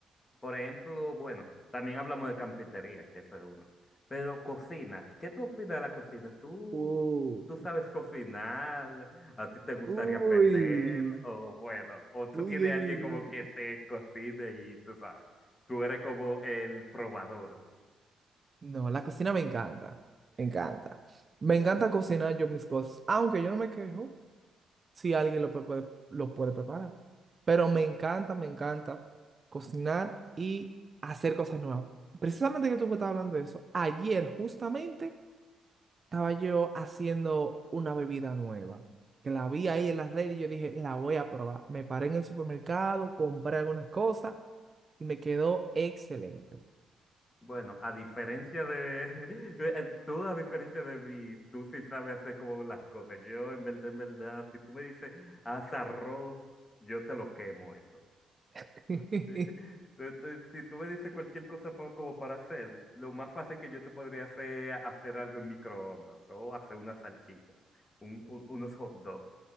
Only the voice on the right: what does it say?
Uh,
uy,
uy,
uy,
uy.
uy.
No, la cocina me encanta, me encanta. Me encanta cocinar yo mis cosas, aunque yo no me quejo si alguien lo pe- puede, lo puede preparar. Pero me encanta, me encanta cocinar y hacer cosas nuevas. Precisamente que tú me estabas hablando de eso, ayer justamente estaba yo haciendo una bebida nueva, que la vi ahí en las redes y yo dije, la voy a probar. Me paré en el supermercado, compré algunas cosas y me quedó excelente.
<laughs>